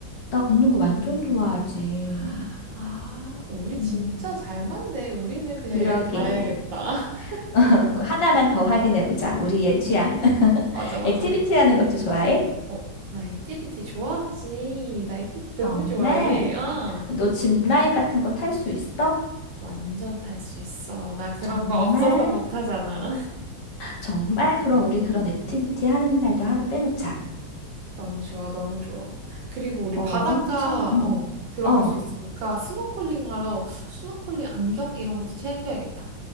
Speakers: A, on the left; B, on the right.
A: 나 걷는 거 완전 좋아하지.
B: 아, 아, 우리
A: 음,
B: 진짜 잘 맞네. 우리는 그냥
A: 그러게.
B: 여행 가야겠다. <laughs>
A: <laughs> 그럼 하나만 더 확인해 보자. 우리의
B: 응,
A: 취향.
B: 응, 응.
A: <laughs>
B: 맞아, 맞아.
A: 액티비티 하는 것도 좋아해?
B: 어, 나 액티비티 좋아하지. 나 액티비티 너무
A: 정말?
B: 좋아해. 아.
A: 너 짚라인 같은 거 탈 수 있어?
B: 완전 탈 수 있어. 나 그런
A: 정말?
B: 거 없어서 못 하잖아. <laughs>
A: 정말? 그럼 우리 그런
B: 음.
A: 액티비티 하는 날도 하루 빼놓자.
B: 너무 좋아, 너무 좋아. 그리고 우리
A: 어,
B: 바닷가,
A: 엄청, 응.
B: 어, 들어갈
A: 어.
B: 수 있으니까 스노클링 하러 스노클링 안경 이런 것도 챙겨야겠다.